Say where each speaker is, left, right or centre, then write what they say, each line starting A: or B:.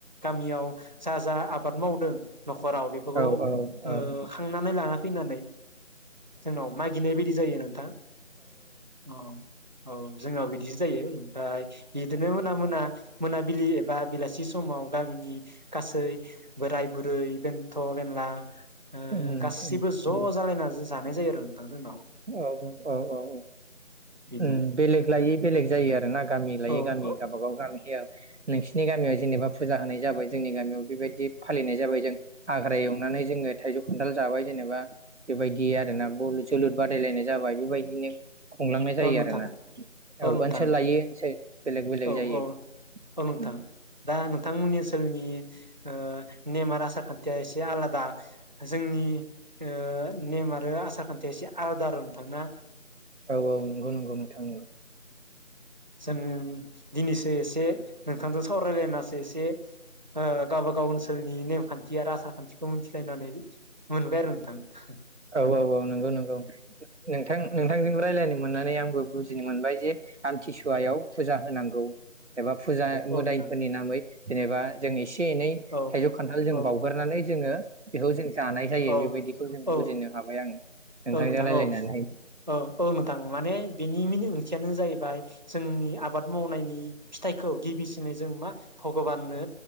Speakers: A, on the right; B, on the right.
A: गामियाव जा जा आबाद मावदों नखराव बेफोरखौ
B: अ औ औ औ
A: ओ
B: औ
A: खांनानै लाना फैनानै जोंनाव मागिनाय बायदि जायो नोंथां औ औ जोंनाव बिदिसो जायो ओमफ्राय बिदिनो मोना मोना मोनाबिलि एबा बेलासि समाव गामिनि गासै बोराय बुरै बेन्थ बेनला ओ
B: उम
A: गासिबो
B: उम
A: ज'
B: उम
A: जालायना जानाय जायो आरो नोंथां जोंनाव
B: औ औ औ औ
A: बिदि
B: ओम बेलेग लायै बेलेग जायो आरो ना गामि लायै
A: औ
B: गामि
A: औ
B: गावब गाव गामियाव नोंसिनि गामियाव जेनेबा फुजा होनाय जाबाय जोंनि गामियाव बेबायदि फालिनाय जाबाय जों हाग्रा एवनानै जोंङो थाइजौ खान्थाल जाबाय जेनेबा बेबायदि आरोना बलनि जोलुर बादायलायनाय जाबाय बेबायदिनो खुंलांनाय जायो
A: औ नोंथां
B: आरोना
A: औ नोंथां
B: ओनसोल लायै ओनसोल बेलेग बेलेग
A: औ
B: जायो
A: औ औ नोंथां
B: उम
A: दा नोंथांमोननि ओनसोलनि ओ नेम आरो आसार खान्थिया एसे आलादा जोंनि ओ नेम आरो आसार खान्थिया एसे आलादा आरो ना नोंथां ना
B: औ औ नंगौ नंगौ नोंथां नंगौ
A: जोंङो दिनैसो एसे नोंथांजों सावरायलायनासो एसे ओ गावबा गाव ओनसोलनि नेम खान्थि आरो आसार खान्थिखौ मिथिलायनानै मोनबाय आरो नोंथां
B: औ औ औ नंगौ नंगौ नोंथां नोंथांजोंबो रायलायनो मोननानै आंबो बुजिनो मोनबाय जे आमथिसुवायाव फुजा होनांगौ। एबा फुजा
A: नोंथां
B: मोदायफोरनि नामै जेनेबा जोंनिसि एसे एनै
A: औ
B: थाइजौ खान्थाल जों
A: औ नोंथां औ
B: बावगारनानै जोङो बेखौ जों जानाय जायो
A: औ
B: बेबायदिखौ जों
A: औ
B: बुजिनो हाबाय आं। <inaudible>
A: औ नोंथां
B: रायज्लायनानै
A: औ औ औ नोंथां माने बेनि मिनिं <unintelligible> जाहैबाय जोंनि आबाद मावनायनि फिथाइखौ गिबिसिनै जों मा भगबाननो